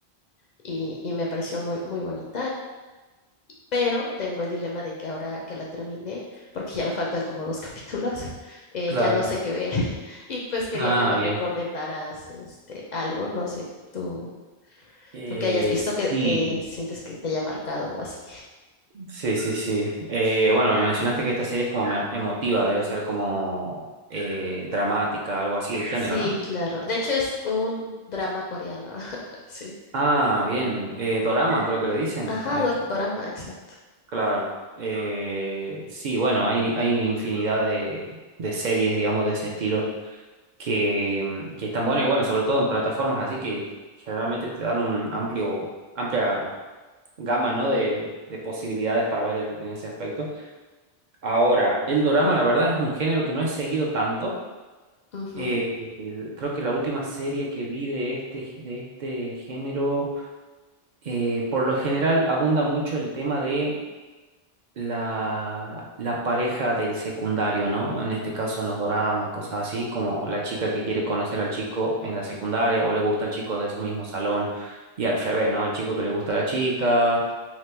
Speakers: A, on the left; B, on the right.
A: y, y me pareció muy, muy bonita. Pero tengo el dilema de que ahora que la terminé, porque ya me faltan como dos <laughs> capítulos, eh,
B: claro,
A: ya no sé qué ver. <laughs> Y pues quería
B: ah,
A: que me recomendaras
B: bien,
A: este, algo, no sé, tú,
B: eh,
A: tú que hayas visto que,
B: sí,
A: que sientes que te haya marcado o así.
B: sí, sí, sí, Eh, bueno, me mencionaste que esta serie es como me- emotiva, debe ser como eh, dramática, algo así de género,
A: Sí,
B: ¿no?
A: claro. De hecho es un drama coreano. <laughs> Sí.
B: Ah, bien, eh, dorama creo que le dicen
A: Ajá,
B: a esto,
A: dor- dorama, exacto.
B: claro, Eh, sí, bueno, hay, hay infinidad de, de series, digamos, de ese estilo. que, mm, que están buenas y bueno, sobre todo en plataformas así que generalmente te dan un amplio, amplia gama, ¿no? de, de posibilidades para ver en, en ese aspecto. Ahora, el dorama, la verdad, es un género que no he seguido tanto.
A: Ujú.
B: Eh, el- creo que la última serie que vi de este, de este género, eh, por lo general abunda mucho el tema de la, la pareja del secundario, ¿no? En este caso en los doramas, cosas así, como la chica que quiere conocer al chico en la secundaria o le gusta al chico de su mismo salón y al revés, ¿no? El chico que le gusta a la chica,